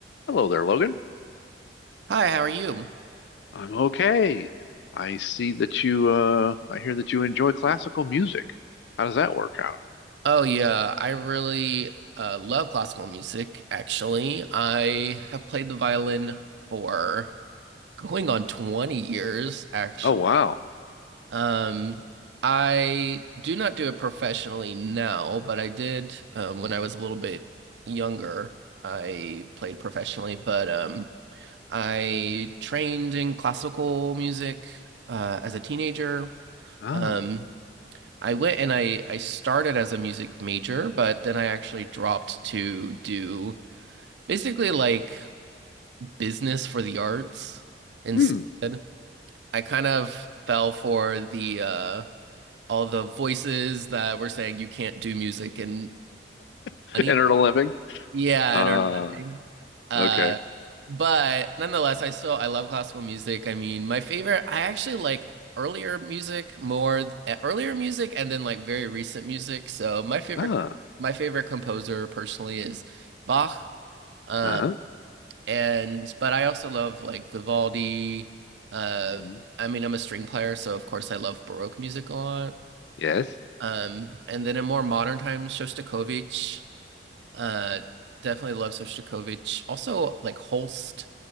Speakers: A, on the left; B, on the right.
A: Hello there, Logan.
B: Hi, how are you?
A: I'm okay. I see that you uh I hear that you enjoy classical music. How does that work out?
B: Oh yeah, I really uh, love classical music, actually. I have played the violin for going on 20 years, actually.
A: Oh wow.
B: Um, I do not do it professionally now, but I did um, when I was a little bit younger. I played professionally, but um, I trained in classical music uh, as a teenager.
A: Ah.
B: Um, I went and I I started as a music major, but then I actually dropped to do basically like business for the arts instead.
A: Hmm.
B: I kind of fell for the uh all the voices that were saying you can't do music and
A: <laughs>
B: money.
A: And earn a living?
B: Yeah,
A: Uh
B: and don't know Uh,
A: okay.
B: but nonetheless, I still I love classical music. I mean, my favorite, I actually like earlier music more, eh, earlier music, and then like very recent music. So my favorite,
A: Ah.
B: my favorite composer personally is Bach. Uh,
A: Uh-huh.
B: and but I also love like Vivaldi. Uh,
A: hmm
B: I mean, I'm a string player, so of course I love Baroque music a lot.
A: Yes.
B: Um, and then in more modern times, Shostakovich. Uh, definitely love Sostakovich. Also, like Holst.